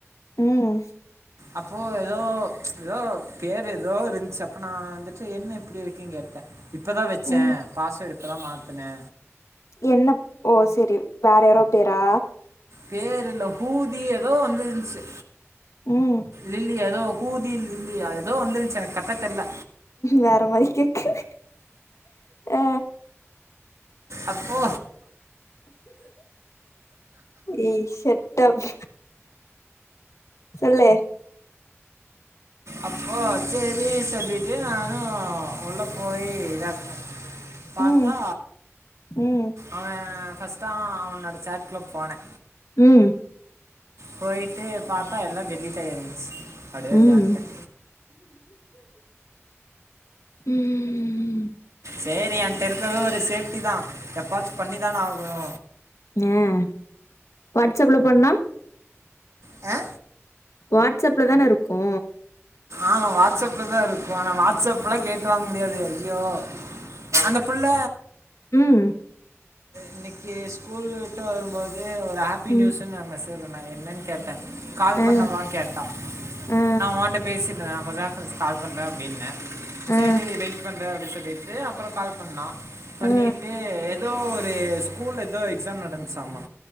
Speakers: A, on the left (about 75°); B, on the right (about 75°).
A: ம்
B: அப்போ எதோ எதோ பேரு எதோ இருந்துச்சு அப்ப நா வந்துட்டு என்ன இப்டி இருக்குன்னு கேட்டே இப்ப தா வச்சே
A: ம்
B: பாஸ்வேர்டு இப்போ தா மாத்துனே
A: என்னப் ஓ செரி வேற யாரோ பேரா
B: பேருல ஹூதி ஏதோ வந்துருன்ச்சு
A: ம்
B: லில்லியா ஏதோ ஹூதி லில்லியா ஏதோ வந்துருன்ச்சு எனக்கு கரக்ட்டா தெர்ல
A: வேற மாரி கேக்குது ஆ
B: அப்போ
A: இ செட் அப் சொல்லு
B: அப்போ சேரி சொல்லிட்டு நானு உள்ள போயி இதாக்குன பாத்தா
A: ம் ம்
B: அவன் ஃபஸ்ட்டு அ அவனோட சேட்க்குள்ள போன
A: ம்
B: போயிட்டு பாத்தா எல்லா டெலீட் ஆயிருஞ்சி அப்டியே வெளிய
A: ம்
B: வன்ட
A: ம்
B: சேரி ஏன்ட இருக்கிறது ஒரு சேஃப்டி தா எப்பாச்சு பண்ணி தான ஆகணு
A: ஏ வாட்ஸ்அப்ல பண்ணா
B: ஆ
A: வாட்ஸ்அப்ல தான இருக்கோ
B: ஆமா வாட்ஸ்அப்லதா இருக்கு ஆனா வாட்ஸ்அப்லா கேட்டு வாங்க முடியாது ஐயோ அந்த புள்ள
A: ம்
B: இன்னைக்கி ஸ்கூல் விட்டு வரும்போது ஒரு ஹாப்பி
A: ம்
B: நியூஸுன்னு மெசேஜ் பண்ணாங்க என்னன் கேட்ட கால்
A: ஆ
B: பண்ணவா கேட்டா
A: ஆ
B: நா ஓன்ட்ட பேசிடுருந்த நா கொஞ்ச நேர கழிச்சு கால் பண்ற அப்டின்ன செரி
A: ஆ
B: வெயிட் பண்ற அப்டின்னு சொல்லிட்டு அப்புற கால் பண்ணா பண்ணிட்டு
A: ஆ
B: ஏதோ ஒரு ஸ்கூல்ல ஏதோ எக்ஸாம் நடந்துச்சாமா